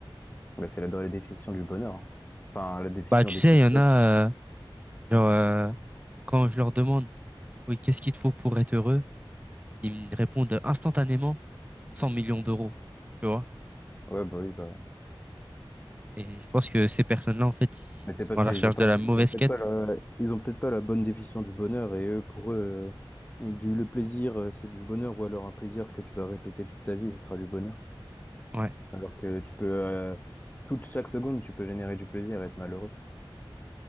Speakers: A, on the left (about 20°); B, on the right (about 15°).
A: Bah, c'est la, dans la définition du bonheur. hein. Enfin, la définition
B: Bah, tu
A: des
B: sais,
A: philosophes.
B: il y en a, euh, genre, euh, quand je leur demande, oui, qu'est-ce qu'il te faut pour être heureux? Ils me répondent instantanément 100 millions d'euros, tu vois?
A: Ouais, bah oui, bah.
B: Et je pense que ces personnes-là, en fait, ils
A: Mais c'est
B: sont
A: parce
B: à
A: qu'ils
B: la recherche
A: ont pas,
B: de la mauvaise
A: ils ont peut-être
B: quête.
A: pas la, ils ont peut-être pas la bonne définition du bonheur. Et eux, pour eux, euh, du, le plaisir, euh, c'est du bonheur. Ou alors un plaisir que tu vas répéter toute ta vie, ça sera du bonheur.
B: Ouais.
A: Alors que tu peux, euh, toute chaque seconde, tu peux générer du plaisir et être malheureux.